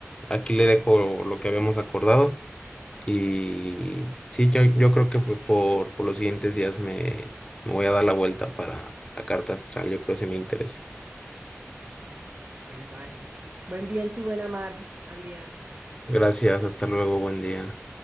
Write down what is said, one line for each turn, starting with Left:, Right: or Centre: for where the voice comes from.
Left: Aquí le dejo lo que habíamos acordado. Y sí, yo, yo creo que pues, por, por los siguientes días me, me voy a dar la vuelta para la carta astral. Yo creo que sí me interesa.
Right: Bueno, vale. Buen viento y buena mar, Adrián.
Left: Gracias, hasta luego, buen día.